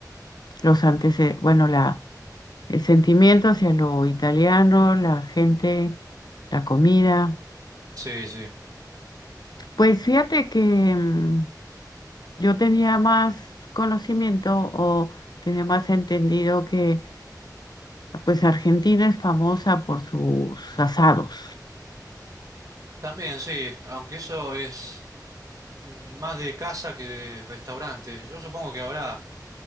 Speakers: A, on the left; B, on the right.
A: los antecedentes, bueno, la, el sentimiento hacia lo italiano, la gente, la comida.
B: Sí, sí.
A: Pues fíjate que mm, yo tenía más conocimiento o tenía más entendido que Pues Argentina es famosa por sus asados.
B: También sí, aunque eso es mm, más de casa que de restaurante. Yo supongo que habrá,